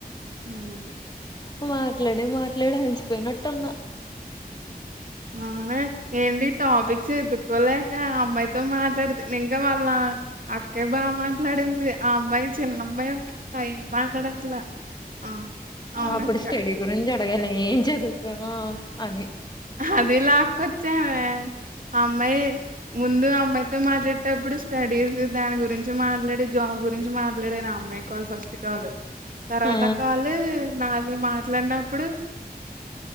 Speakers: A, on the right; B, on the left.
A: ఊహూ
B: మాట్లాడి మాట్లాడి అలిసిపోయినట్టున్న
A: ఆ అరే ఏంటి టాపిక్ చదువుకోలేక అమ్మాయితో మాట్లాడుతు నింగా మళ్ళా అక్కే బాగా మాట్లాడింది ఆ అమ్మాయి చిన్నమ్మాయి అమ్మాయి ఏం మాట్లాడట్లా ఆ అవునక్క
B: అప్పుడు స్టడీ గురించి భయం లే ఏం చదువుతవో అని
A: అది లాక్కొచ్చామే అమ్మాయి ముందు అమ్మాయితో మాట్లాడేటప్పుడు స్టడీస్ దాని గురించి మాట్లాడే జాబ్ గురించి మాట్లాడే నా అమ్మాయి కాల్ ఫస్ట్ కాల్ తర్వాత
B: ఆ
A: కాల్ నాది మాట్లాడినప్పుడు